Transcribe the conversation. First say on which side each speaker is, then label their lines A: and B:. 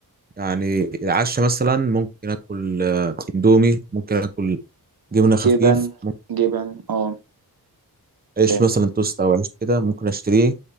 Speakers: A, on the right; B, on the right.
A: يعني العشاء مثلا ممكن آكل آه، إندومي ممكن آكل جبنة خفيف
B: جبن
A: ممكن
B: جبن اه
A: عيش
B: فاهم
A: مثلا توست أو عيش كده ممكن أشتريه